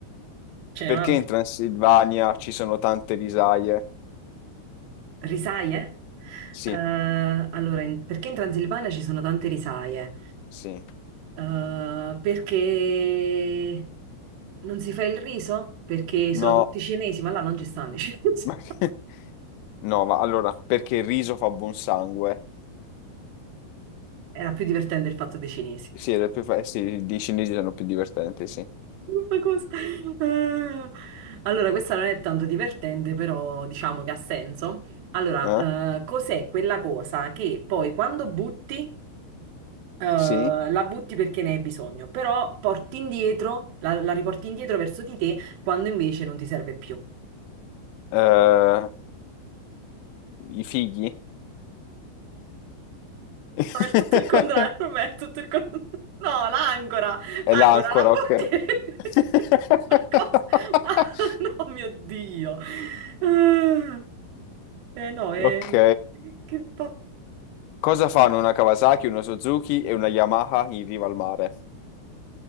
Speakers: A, on the right (about 75°); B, on the left (about 80°).
A: C'è
B: Perché
A: un'altra.
B: in Transilvania ci sono tante risaie?
A: Risaie?
B: Sì,
A: Eh, allora, in- perché in Transilvania ci sono tante risaie?
B: sì.
A: Eh, perché non si fa il riso? Perché
B: No,
A: sono tutti cinesi, ma là non ci stanno i cinesi.
B: ma
A: <laughs>
B: che- no, ma allora, perché il riso fa buon sangue?
A: Era più divertente il fatto dei cinesi.
B: Sì, le più fa- sì, i cinesi sono più divertenti, sì.
A: Ma cosa? Eh, Allora, questa non è tanto divertente, però diciamo che ha senso. Allora,
B: Eh?
A: eh, cos'è quella cosa che poi quando butti eh,
B: Sì?
A: la butti perché ne hai bisogno, però porti indietro, la, la riporti indietro verso di te quando invece non ti serve più.
B: Eh, i fighi? <laughs>
A: No, è tutto il contrario, per me è tutto il contrario. No, l'ancora,
B: È
A: l'ancora,
B: l'ancora,
A: la butti.
B: ok. <laughs>
A: <laughs> Ma cosa? Ma <laughs> no, mio Dio. Ah. Eh no, eh,
B: Ok.
A: che fa?
B: Cosa fanno una Kawasaki, una Suzuki e una Yamaha in riva al mare?